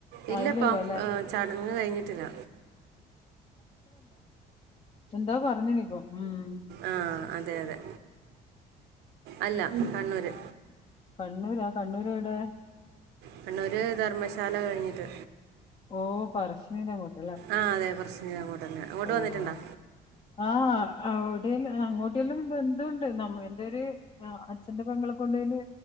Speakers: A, on the right; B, on the left.
A: ഇല്ലപ്പം
B: ആയില്ലല്ലോ അല്ലെ
A: ഏഹ് ചടങ്ങ് കഴിഞ്ഞിട്ടില്ല
B: എന്തോ പറഞ്ഞനി ഇപ്പം മും
A: ആഹ് അതെ അതെ അല്ല കണ്ണൂര്
B: കണ്ണൂരാ കണ്ണൂര് എവിടെ
A: കണ്ണൂര് ധർമ്മശാല കഴിഞ്ഞിട്ട്
B: ഓ പറശിനീന്റെങ്ങോട്ട്
A: ആഹ് അതെ പറശിനീൻ്റെ അങ്ങോട്ട് തന്നെ അങ്ങോട്ട്
B: ഓഹ്
A: വന്നിട്ടുണ്ടോ
B: ആഹ് അവിടെല്ലാം അങ്ങോട്ടെല്ലാം ബന്ധഉണ്ട് നമ്മ എന്റെ ഒരു ആഹ് അച്ഛന്റെ പെങ്ങളെ കൊണ്ടുപോയത്